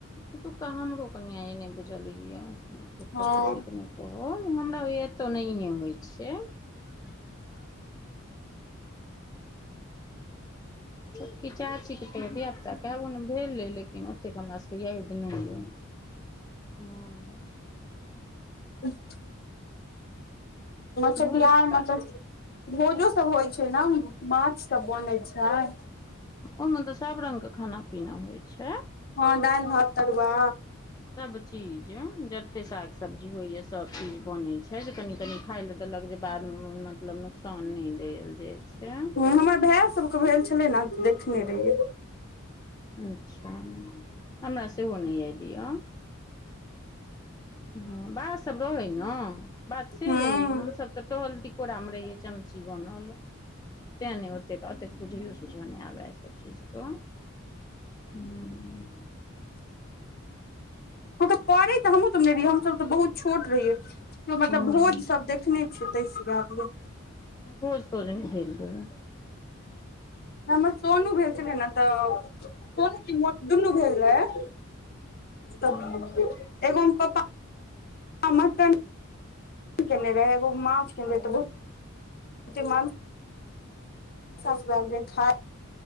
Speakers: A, on the left; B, on the left.
A: एतुका हमरो कनिया यै नैय बुझल यैऽ झुठ्ठे
B: हँ
A: -फुस्से के नय ओ हमरा होययैऽ एत्त नैहे होय छैय। छोटकी चाची के त धियापुता केगो ने भेलै लेकिन ओतेक हमर सब के यैद नै यऽ। हँ
B: <unintelligible> छठिहार
A: घरक
B: मऽतऽ- भोजो सब होय छैय न <unintelligible> माछ सब बनै छैय?
A: ओय मे तऽ सब रंग के खाना पीना होय छैय।
B: हँ दैल, भात, तरुआ
A: सब चीज एं- जत्ते साग सब्जी होययैऽ सब चीज बनै छै जे कनि -कनी खाय लए देलक जे बाद मे म- मतलब नोकसान नैय देल जाय छै।
B: हं हमर भैऽ सबके भेल छ- छलै ने त देखने रहियै।
A: अच्छा, हमरा सेहो नै यैद यैऽ। हं बा सब रहै न बात से
B: हूं
A: रहै हम सब तऽ टहल टिकोरा मे रहियै। चमची बनल तैं नै ओतेक, ओतेक बुझैयो सुझो नैय आबे ऐअ सब चीज क। हूँ-
B: करय त हमहुं सब ने रहियैऽ, हम सब त बहुत छोट रहियैऽ, कियो मतलब
A: हँ
B: भोज सब देखने <unintelligible>
A: भोज- तोज नै भेल रहैइ।
B: हमर सोनू भेल छलै ने तब, सोनु कि मोनु दुनू भेल रहै
A: जे
B: तऽ एगोमे पप्पा <unintelligible> मटन केने रहै एगो में माछ केने रहै तऽ बहुत साउस <unintelligible> खाय